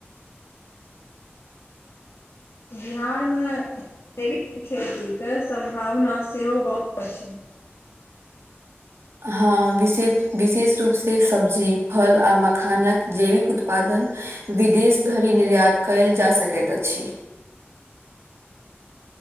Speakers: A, on the left (about 80°); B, on the right (about 85°).
A: बिहार मे जैविक खेती के सम्भावना सेहो बहुत अछि
B: हँ विशेप विशेष रूप से सब्जी फल आ मखानक जैविक उत्पादन विदेश धरि निर्यात कयल जाइत सकैत अछि